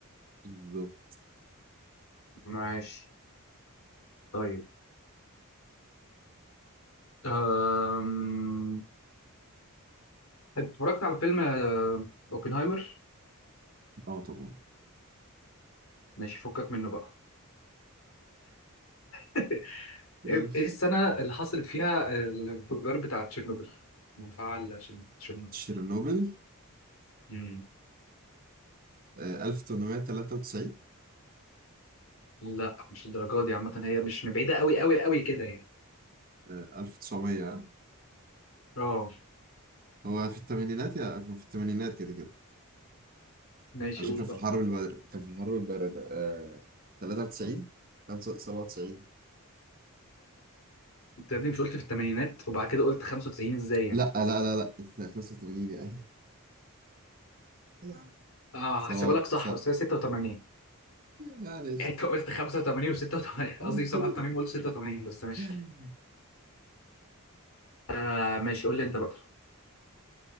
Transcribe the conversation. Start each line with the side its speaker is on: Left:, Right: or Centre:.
Right: بالظبط
Left: ماشي طيب أم... أنت اتفرجت على فيلم آه، اوبنهايمر
Right: اه طبعا
Left: ماشي فكك منه بقى <laughs>
Right: ماشي
Left: ايه إيه السنة اللي حصلت فيها الانفجار بتاع تشيرنوبل مفاعل شن- تشيرنوبل
Right: تشيرنوبل
Left: مم.
Right: آه، 1893
Left: لا مش الدرجة دي عامة هي مش من بعيدة قوي قوي قوي كده يعني
Right: آه، 1900
Left: اه
Right: هو في الثمانينات يا هو في الثمانينات كده كده
Left: ماشي
Right: عشان
Left: قول
Right: كان
Left: بقى
Right: في الحرب الباردة كان في الحرب الباردة آه، 93 95 97
Left: انت يا ابني مش قلت في الثمانينات وبعد كده قلت 95 ازاي يعني
Right: لا لا لا لا 85 يعني <laughs>
Left: اه
Right: 7
Left: هحسبها لك صح
Right: 7
Left: بس هي 86
Right: معلش
Left: انت قلت 85 و86
Right: <laughs>
Left: قصدي 87 وقلت 86 بس ماشي
Right: آه،
Left: آه ماشي قول لي انت بقى